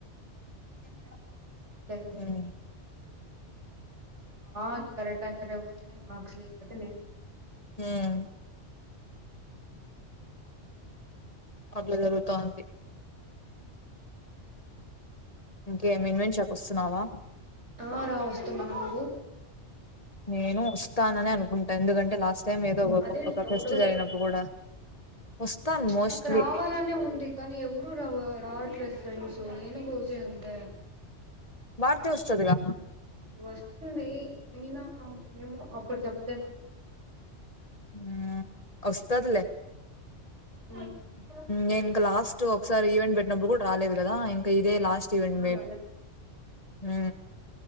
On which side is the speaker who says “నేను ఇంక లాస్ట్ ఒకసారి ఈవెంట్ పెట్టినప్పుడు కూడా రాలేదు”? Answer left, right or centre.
Left